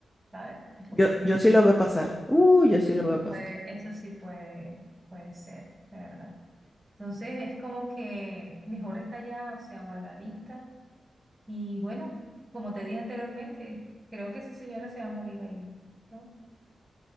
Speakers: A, on the right; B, on the left.
A: ¿sabes? Este, porque
B: Yo,
A: ella
B: yo
A: esté
B: sí lo veo pasar. Uh, yo sí
A: Eso
B: lo veo pasar.
A: puede, eso sí puede, puede ser, ¿verdad? Entonces es como que mejor está ya, o sea, guardadita. Y bueno, como te dije anteriormente, creo que esa señora se va a morir ahí, ¿no?